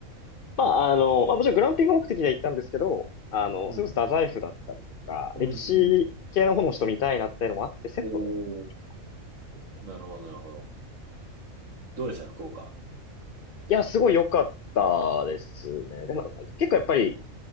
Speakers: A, on the left (about 55°); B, on the right (about 65°).
A: まあ、あの、まあ、もちろんグランピング目的で行ったんですけど、あの、
B: うん。
A: それこそ太宰府だったりとか、
B: うん、
A: 歴史系の方の人見たいなっていうのもあって、
B: うんうん。
A: セットで行きたん
B: おお、
A: ですね。
B: なるほど、なるほど。どうでした福岡
A: いや、すごい良かったですね。でも、なんか結構やっぱり、